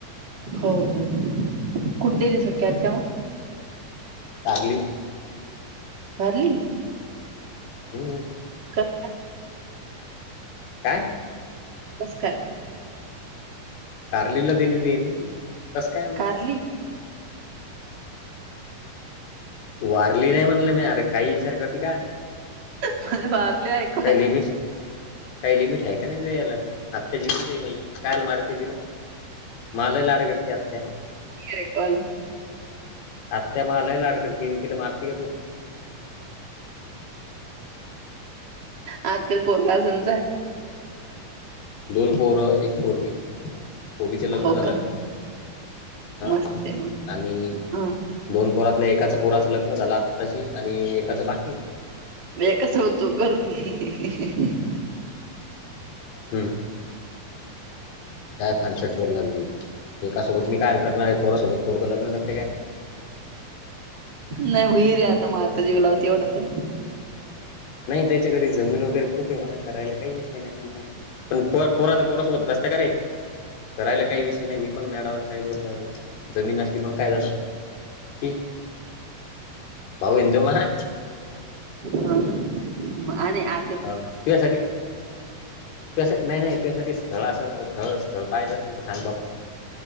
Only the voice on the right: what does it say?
हो हो कुठे गले सग्या आ त्या मग
पारली
कस.
नमस्कार!
कारली
म्हझ मारले ऐकवायला.
ऐकू आलं.
आज त्या पोरलाजमजाय.
हो
का
मस्त आहे मग
हा
म्हणजे कसं होतो करून घे.
नाही भरी आता म आता जीव लावती एवढं त
हा ना आणि आ